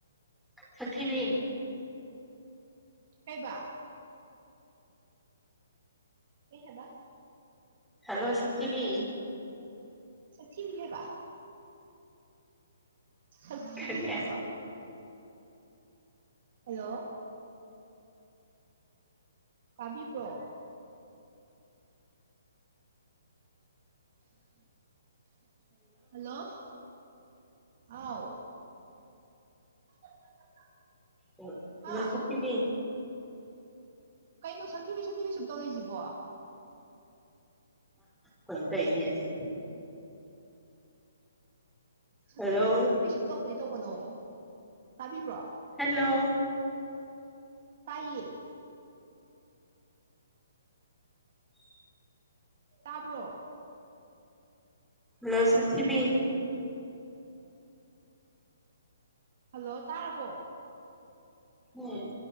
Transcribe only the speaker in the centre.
ꯁꯊꯤꯗꯤ
ꯍꯜꯂꯣ ꯁꯇꯤꯕꯤ
ꯀꯔꯤ
ꯑꯣ
ꯂ ꯁꯀꯤꯕꯤ
ꯀꯣꯏ ꯇ ꯑꯦꯅꯤ ꯑꯁꯦ
ꯍꯜꯂꯣ
ꯍꯂꯣ
ꯂꯂ ꯁ ꯊꯕꯤ
ꯎꯝ